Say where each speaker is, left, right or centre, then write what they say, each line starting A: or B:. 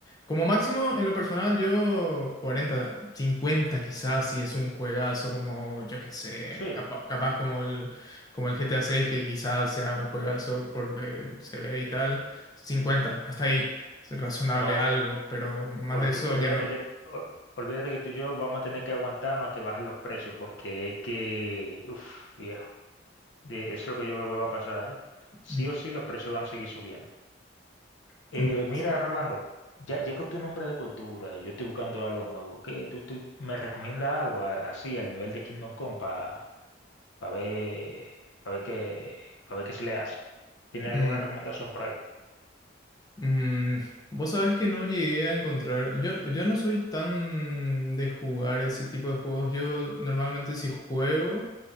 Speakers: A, on the left; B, on the left.
A: Como máximo, en lo personal, yo 40 50 quizás, si es un juegazo como, yo qué sé,
B: Sí,
A: capa- capaz como el, como el GTA 6, que quizás sea un juegazo por lo que se ve y tal. cincuenta hasta ahí, es razonable
B: Pero
A: algo, pero más
B: olvi-
A: de eso
B: olvídate
A: ya no.
B: que, o- olvídate que tú y yo vamos a tener que aguantarnos a que bajen los precios, porque es que, uff, viejo, de- es lo que yo veo que va a pasar, ¿eh?
A: Ujú,
B: Sí o sí los precios van a seguir subiendo. Eh,
A: Una lástima.
B: mira, Rolando, ya, ya que tú eres un hombre de cultura y yo estoy buscando algo nuevo, ¿qué, tú, tú me recomiendas algo a- así al nivel de Kingdom Come para ver, pa ver qué, para ver qué se le hace? tiene alguna
A: Mm.
B: recomendación por ahí?
A: Mm, vos sabés que no llegué a encontrar. Yo, yo no soy tan de jugar ese tipo de juegos. Yo normalmente si juego.